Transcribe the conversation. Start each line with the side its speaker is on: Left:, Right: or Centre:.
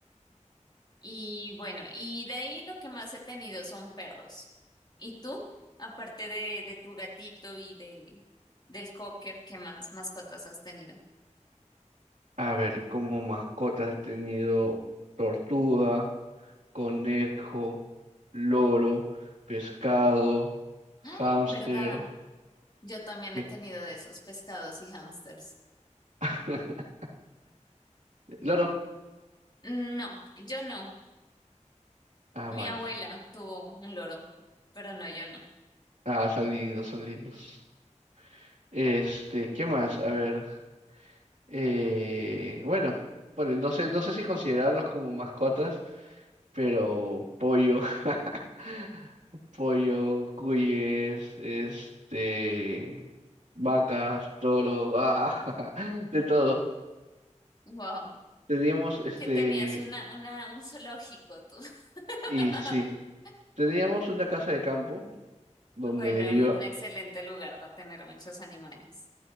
Left: Y bueno, y de ahí lo que más he tenido son perros. ¿Y tú? Aparte de, de tu gatito y de, del cocker, ¿qué más mascotas has tenido?
Right: a ver, como mascotas he tenido tortuga, conejo, loro, pescado, hámster.
Left: Ay, ¿verdad? Yo también
Right: ¿Qué?
Left: he tenido de esos pescados y hámsters.
Right: <laughs> ¿Loro?
Left: No, yo no.
Right: Ah,
Left: Mi
Right: vale.
Left: abuela tuvo un loro, pero no, yo no.
Right: Ah, son lindos, son lindos. Este, ¿qué más? A ver. Eh, bueno, pone- no sé, no sé si considerarlos como mascotas, pero pollo, <laughs> pollo, cuyes, este, vacas, toro, ah, <laughs> de todo.
Left: Wow.
Right: Teníamos este,
Left: ¿Qué tenías una, una, un zoológico tú. <laughs>
Right: y sí, teníamos una casa de campo donde
Left: Bueno,
Right: iba,
Left: un excelente lugar para tener muchos animales.